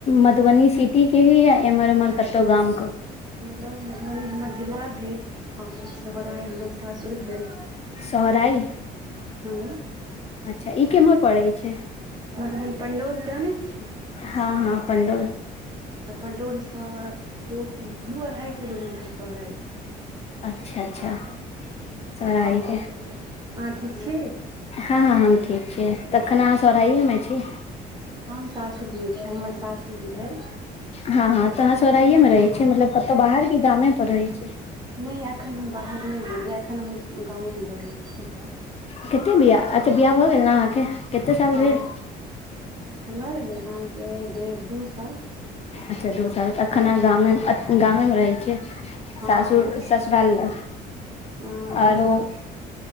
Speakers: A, on the left; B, on the right.
A: मधुबनी सिटी के ही या एम्हर उम्हर कतहु गाम के
B: मतलब मधुबनी हमर जिला भेल और सोहराय हमर सासुर भेल
A: सोहराय
B: हूं
A: अच्छा ई केम्हर पड़ै छै
B: मदन पण्डौल जानै छियै
A: हँ हँ पणडोल
B: तऽ पणडौलसँ दू किलो दू अढ़ाइ किलोमीटर पहराइत छै
A: अच्छा अच्छा सोहराइ
B: और सब
A: के
B: कहियौ अहाँ ठीक छी
A: हँ हँ हम ठीक छी तखन अहाँ सोराहएमे छी
B: हम सासुरमे छी हमर सासुर भेल
A: हँ हँ तऽ अहाँ सौराइये मे रहै छी मतलब कतो बाहर की गामे पर रहै छी
B: नहि एखन हम बाहर नहि गेलियै एखन हम गांवे मे रहैत छियै
A: कतेक बिया अच्छा बियाह भऽ गेल ने अहाँके कतेक साल
B: हँ
A: भेल
B: हमर अहाँके ढेर दू साल
A: अच्छा दू साल एखन गामे गामे रहै छियै
B: हँ
A: सासुर
B: हमर छोट
A: ससुराल ल
B: हँ एखन
A: आरो
B: हमर छोट